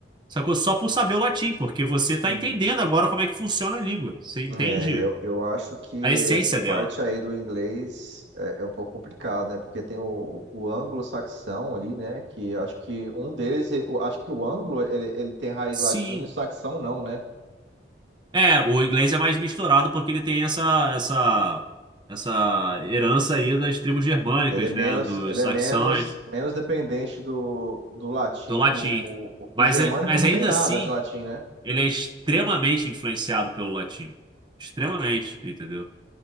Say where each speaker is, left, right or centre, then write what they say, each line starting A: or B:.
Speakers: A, on the right; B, on the right.
A: Sacou? Só por saber o latim, porque você está
B: Hum,
A: entendendo agora como é que funciona a língua. Você entende
B: é, eu, eu acho que
A: a essência
B: essa parte
A: dela.
B: aí do inglês é, é um pouco complicado, né? Porque tem o, o anglo-saxão ali, né? Que eu acho que um deles, eu acho que o anglo ele, ele tem raiz
A: Sim.
B: latina e o saxão não, né?
A: É, o inglês é mais misturado porque ele tem essa, essa, essa herança aí das tribos germânicas,
B: Ele é menos,
A: né? Dos
B: ele é
A: saxões,
B: menos, menos dependente do, do latim.
A: do latim.
B: O, o,
A: Mas,
B: o germânico
A: é- mas
B: não
A: ainda
B: tem nada
A: assim,
B: de latim, né?
A: ele é extremamente influenciado pelo latim. Extremamente, entendeu?